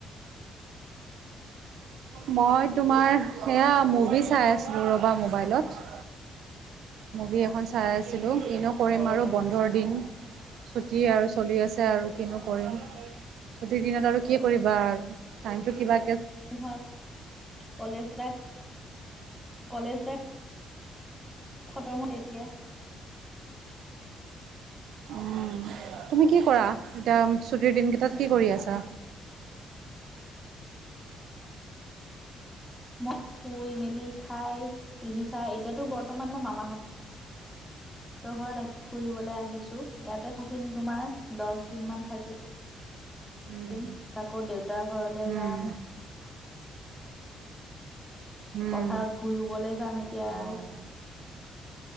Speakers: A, on the right (about 75°); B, in the centre.
A: মই তোমাৰ সেয়া মুভি চাই আছিলো ৰবা মোবাইলত। মুভি এখন চাই আছিলোঁ। কিনো কৰিম
B: অ'
A: আৰু বন্ধৰ দিন। ছুটি আৰু চলি আছে আৰু কিনো কৰিম। প্ৰতি দিনত আৰু কি কৰিবা আৰু টাইমটো কিবা
B: <unintelligible> কলেজ লাইফ, কলেজ লাইফ। খতম হয় এতিয়া।
A: উ, তুমি কি কৰা এতিয়া ছুটিৰ দিন কেইটাত কি কৰি আছা?
B: <inaudible> মই শুই, মেলি, খাই, টিভি চাই এতিয়াতো বৰ্তমান মই মামাহত সহঁতৰ ঘৰত আহি ফুৰিবলৈ আহিছো ইয়াতে থাকি। থাকিম তোমাৰ দচ দিন মান থাকিম।
A: উম,
B: আকৌ দেউতাৰ ঘৰলৈ
A: উম,
B: যাম।
A: উম,
B: পথাৰত ভুই ৰুবলৈ যাম এতিয়া আৰু।
A: অ'।